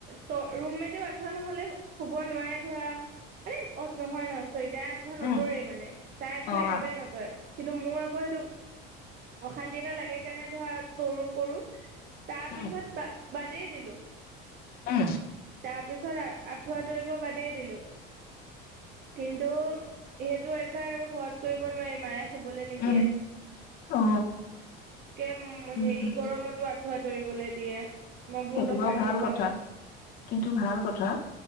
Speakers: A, on the right (about 45°); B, on the left (about 45°).
A: ত' ৰুমমেতেও আঠুৱা নহলে শুব নোৱাৰে। ধৰা মানে অ' নহয় নহয় চয়তা আঠুৱা নতৰেই
B: উম
A: মানে তাই আঁঠুৱা
B: অ
A: একেবাৰে
B: আ-
A: নতৰে। কিন্তু মোৰ আকৌ সেইটো অশান্তি এটা লাগে সেইকাৰণে ধৰা, তৰু কৰো, তাৰপিছত
B: উম
A: বা-বাদেই দিলো।
B: উম
A: তাৰপিছত আৰ আঁঠুৱা তৰিব বাদেই দিলো। কিন্তু, সেইটো অভ্যাস আকৌ ঘৰত কৰিব নোৱাৰি মায়ে শুবলে নিদিয়ে।
B: উম
A: একেম
B: অ উম
A: হেৰি
B: উম
A: গৰমতো আঁঠুৱা তৰিবলে দিয়ে। মই বহুত
B: সেইটো
A: অশান্তি
B: বাও ভাল
A: পাওঁ
B: কথা, কিন্তু ভাল কথা,